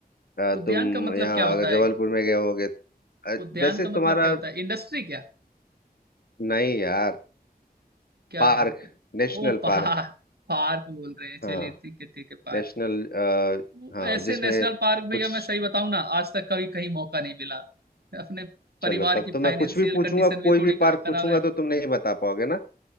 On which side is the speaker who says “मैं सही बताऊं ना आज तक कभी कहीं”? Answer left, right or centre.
Right